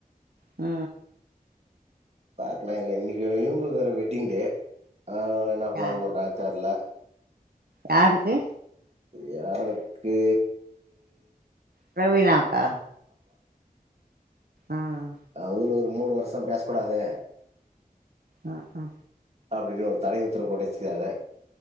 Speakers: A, on the right (about 80°); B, on the right (about 45°).
A: அ
B: பாக்கலா என்ன இன்னிக்கு இவுங்குளுக்கு வேற வெட்டிங் டே அவ என்ன ப்ளான்
A: யா
B: பண்றா தெர்ல
A: யாருக்கு
B: யாருக்கே
A: பிரவீனாக்கா ம்
B: அவுரு ஒர் இந்த மூணு வருஷம் பேசக் கூடாது
A: அ அ
B: அப்டின்னு ஒரு தடை உத்தரவு போட்டு வெச்சிக்கிறாங்க